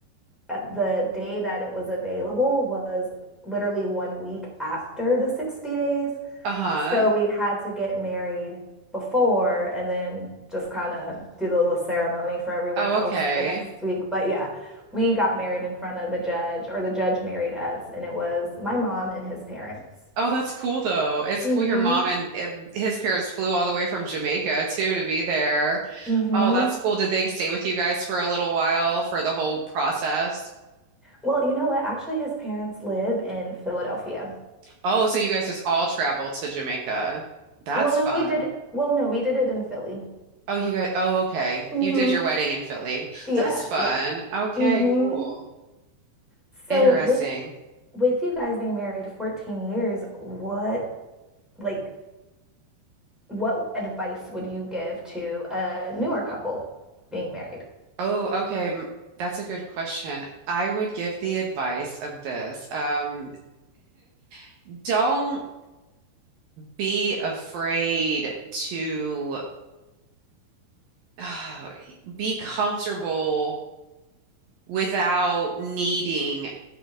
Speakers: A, in the centre; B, on the right (about 70°).
A: at the day that it was available was literally one week after the 60 days.
B: Uh-huh.
A: So we had to get married before and then just kind of do the little ceremony for everyone
B: Oh,
A: else
B: okay.
A: the next week. But yeah, we got married in front of the judge or the judge married us and it was my mom and his parents.
B: Oh, that's cool though. It's
A: Mhm.
B: cool your mom and, and his parents flew all the way from Jamaica too to be there.
A: hmm
B: Oh, that's cool. Did they stay with you guys for a little while for the whole process?
A: Well, you know what? Actually, his parents live in Philadelphia.
B: Oh, so you guys just all traveled to Jamaica. That's
A: Well, no,
B: fun.
A: we did it. Well, no, we did it in Philly.
B: Oh, you guys, oh, okay.
A: hmm
B: You did your wedding in Philly.
A: Yeah,
B: That's fun.
A: yeah.
B: Okay,
A: hmm
B: cool.
A: So
B: Interesting.
A: with with you guys being married 14 years, what like what advice would you give to a newer couple being married?
B: Oh, okay. m- That's a good question. I would give the advice of this. Um, <laughs> don't be afraid to <sighs> uh, be comfortable without needing